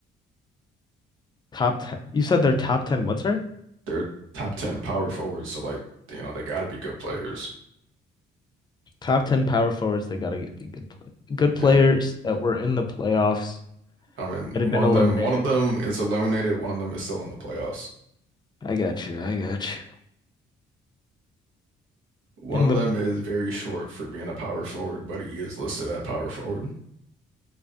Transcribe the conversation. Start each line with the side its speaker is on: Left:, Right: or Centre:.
Left: Top ten. You said they're top ten. What's right?
Right: they're top 10 power forwards, so like, you know, they got to be good players.
Left: Top ten power forwards. They gotta get be good play. Good players
Right: Yeah.
Left: that were in the playoffs
Right: I mean,
Left: might
Right: one
Left: have been
Right: of
Left: eliminated.
Right: them, one of them is eliminated, one of them is still in the playoffs.
Left: I got you. I got you.
Right: One
Left: In
Right: of
Left: the
Right: them is very short for being a power forward, but he is listed at power forward.